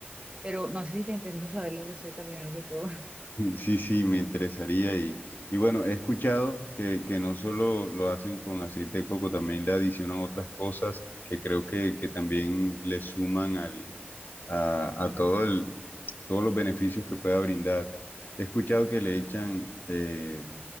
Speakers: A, on the right (about 25°); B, on the left (about 50°).
A: pero no sé si te interesa saber la receta primero que todo.
B: <laughs> Sí, sí, me interesaría y, y bueno, he escuchado que, que no solo lo hacen con aceite de coco, también le adicionan otras cosas que creo que, que también le suman al, a, a todo el, todos los beneficios que pueda brindar. He escuchado que le echan eh,